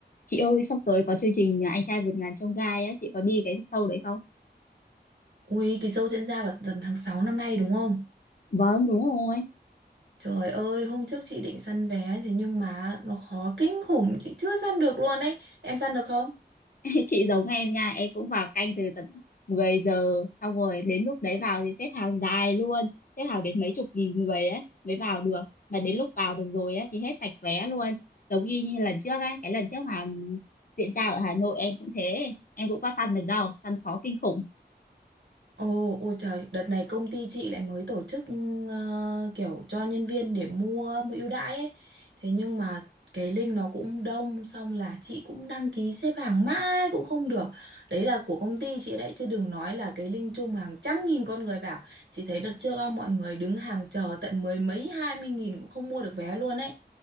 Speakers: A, on the left; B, on the right.
A: Chị ơi, sắp tới có chương trình Anh trai vượt ngàn chông gai á, chị có đi cái show đấy không?
B: Ui, cái show diễn ra vào tầm tháng 6 năm nay đúng không?
A: Vâng, đúng rồi.
B: Trời ơi, hôm trước chị định săn vé thế nhưng mà nó khó kinh khủng, chị chưa săn được luôn ấy. Em săn được không?
A: <laughs> Chị giống em nha, em cũng vào canh từ tận 10 giờ, xong rồi đến lúc đấy vào thì xếp hàng dài luôn, xếp hàng đến mấy chục nghìn người ấy mới vào được. Mà đến lúc vào được rồi á thì hết sạch vé luôn. Giống y như lần trước ấy, cái lần trước mà ừm, diễn ra ở Hà Nội em cũng thế, em cũng qua săn được đâu, săn khó kinh khủng.
B: Ồ, ôi trời, đợt này công ty chị lại mới tổ chức ờ, kiểu cho nhân viên để mua mua ưu đãi ấy. Thế nhưng mà cái link nó cũng đông, xong là chị cũng đăng ký xếp hàng mãi cũng không được. Đấy là của công ty chị đấy, chứ đừng nói là cái link chung hàng trăm nghìn con người vào. Chị thấy đợt trước á, mọi người đứng hàng chờ tận mười mấy hai mươi nghìn cũng không mua được vé luôn ấy.